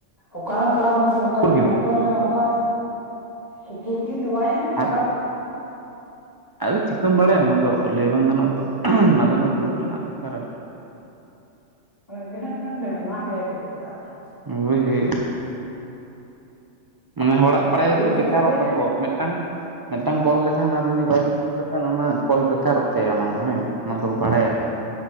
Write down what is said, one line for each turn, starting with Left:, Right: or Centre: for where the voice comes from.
Left: ᱚᱠᱟᱨᱮᱢ ᱯᱮᱲᱟ ᱠᱟᱱᱟ ᱚᱠᱚᱭ
Right: ᱠᱩᱨ ᱠᱤᱱᱤᱧ
Left: ᱚᱠᱚᱭ ᱞᱟᱹᱭᱫᱟ ᱚᱱᱠᱟ ᱩᱠᱩᱨ ᱠᱤᱱᱛᱩ ᱵᱟᱭ ᱨᱮᱫ
Right: ᱟᱫᱚ
Left: ᱚᱠᱟ
Right: ᱟᱫᱚ ᱪᱤᱠᱟᱹᱢ ᱵᱟᱲᱟᱭ ᱚᱱᱟ ᱟᱫᱚ ᱞᱟᱹᱭ ᱵᱟᱝ ᱜᱟᱱᱚᱜᱼᱟ ᱛᱚ ᱚᱱᱟ ᱫᱚ ᱜᱨᱩᱯ ᱨᱮᱱᱟᱜ ᱵᱮᱯᱟᱨ ᱟᱨᱠᱤ
Left: ᱰ <unintelligible> ᱱᱟ ᱠ ᱠ ᱛᱟᱦᱞᱮ
Right: ᱦᱳᱭ ᱦᱩᱭᱩᱜᱼᱟ ᱢᱟᱱᱮ ᱦᱚᱲᱟᱜ ᱵᱟᱲᱟᱭ
Left: ᱵᱩᱡ
Right: ᱫᱚ
Left: ᱠᱟᱛᱮ
Right: ᱵᱮᱠᱟᱨᱚᱜ
Left: ᱜᱮ
Right: ᱛᱟᱠᱚᱭᱟ ᱢᱤᱫᱴᱟᱝ ᱢᱤᱫᱴᱟᱝ ᱠᱚᱞ ᱞᱮᱠᱷᱟᱱ ᱟᱨ ᱩᱱᱤ ᱵᱟᱭ ᱨᱤᱥᱤᱵᱷ ᱞᱮᱠᱷᱟᱱ ᱚᱱᱟ ᱠᱚᱞ ᱵᱮᱠᱟᱨᱚᱜ ᱛᱟᱭᱟ ᱚᱱᱟ ᱢᱟᱱᱮ ᱚᱱᱟ ᱫᱚ ᱵᱟᱲᱟᱭᱟᱠᱚ